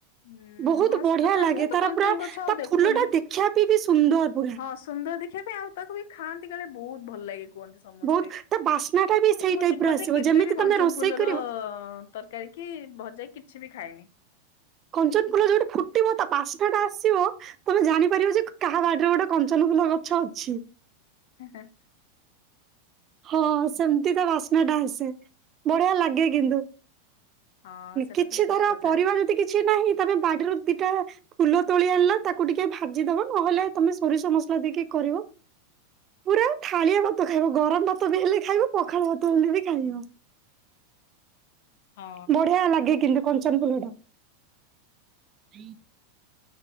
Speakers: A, on the left (about 70°); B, on the right (about 30°).
A: ହୁଁ
B: ବହୁତ
A: ହଁ
B: ବଢିଆ
A: ସେଟା ତ
B: ଲାଗେ
A: ମୁଁ ତ
B: ତାର
A: କଞ୍ଚନ
B: ପୁରା
A: ଗଛ
B: ତା
A: ଆଉ ଦେଖୁନି।
B: ଫୁଲ ଟା ଦେଖିବା ପାଇଁ ବି ସୁନ୍ଦର ପୁରା।
A: ହଁ ସୁନ୍ଦର ଦେଖିବା ପାଇଁ ଆଉ ତାକୁ ବି ଖାଆନ୍ତି କାଳେ ବହୁତ ଭଲ ଲାଗେ। କୁହନ୍ତି ସମସ୍ତେ
B: ବହୁତ ତା ବାସ୍ନା
A: ମୁଁ
B: ଟା
A: କିନ୍ତୁ
B: ବି ସେଇ
A: ମୋ
B: ଟାଇପ
A: ଜୀବନରେ
B: ର ଆସିବ
A: କେବେ
B: ଯେମିତି
A: ବି
B: ତମେ
A: କଞ୍ଚନ
B: ରୋଷେଇ
A: ଫୁଲର
B: କରିବ
A: ତରକାରୀ କି ଭଜା କିଛି ବି ଖାଏନି।
B: କଞ୍ଚନ ଫୁଲ ଯୋଉଠି ଫୁଟିବ ତା ବାସ୍ନା ଟା ଆସିବ ତମେ ଜାଣିପାରିବ ଯେ କାହା ବାଡି ରେ ଗୋଟେ କଞ୍ଚନ। ଫୁଲ ଗଛ ଅଛି।
A: ହଁ <unintelligible>
B: ହଁ ସେମିତି ତ ବାସ୍ନା ଟା ଆସେ ବଢିଆ ଲାଗେ କିନ୍ତୁ।
A: ହଁ ସେଟା
B: କିଛି
A: ତ ଠିକ
B: ଧର
A: କଥା
B: ପରିବା ଯଦି କିଛି ନାହିଁ ତମେ ବାଡିରୁ। ଦିଟା ଫୁଲ ତୋଳି ଆଣିଲ ତାକୁ ଟିକେ ଭାଜିଦବ ନହେଲେ ତମେ ସୋରିଷ ମସଲା ଦେଇକି କରିବ। ପୁରା ଥାାଳିଆ ଭାତ ଖାଇବ ଗରମ। ଭାତ ବି ହେଲେ ଖାଇବ ପଖାଳ ଭାତ ହେଲେ ବି ଖାଇବ।
A: ହଁ
B: ବଢିଆ ଲାଗେ କିନ୍ତୁ। କଞ୍ଚନ ଫୁଲ ଟା।